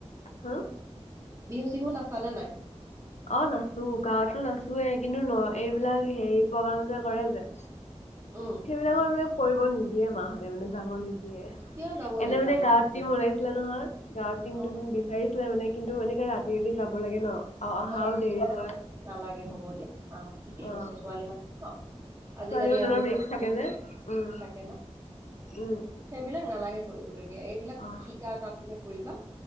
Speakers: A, on the left; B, on the right.
A: হা?
B: বিহু চিহু নাচা নে নাই?
A: অ', নাচো গাঁৱতো নাচোৱে কিন্তু ন' এইবিলাক হেৰি প্ৰগ্ৰাম যে কৰে যে।
B: উম
A: সেইবিলাকৰ মানে কৰিব নিদিয়ে মাহঁতে মানে যাব নি দিয়ে
B: কিয় যাব
A: এনে
B: নিদিয়ে
A: মানে গাঁৱত <unintelligible> আছিলে নহয় গাঁৱৰ টিমটো
B: অ
A: বিচাৰিছিলে মানে কিন্তু, এনেকে ৰাতি ৰাতি যাব লাগে ন'। আৰু অহাও
B: অ', ৰাতিপ
A: দেৰি হয়।
B: নালাগে হ'ব দিয়া মাহঁত ঠিকেই
A: অ
B: কৈছে ছোৱালী মানুহ ন'। আজিকালি
A: ছোৱালী মানে
B: আৰু
A: অলপ ৰিক্স থাকে যে উম
B: চাকে ন'।
A: উম
B: সেইবিলাক নালাগে কৰিবলৈ দিয়া এইবিলাক
A: অ
B: শিকা কামবিলাক কৰিবা।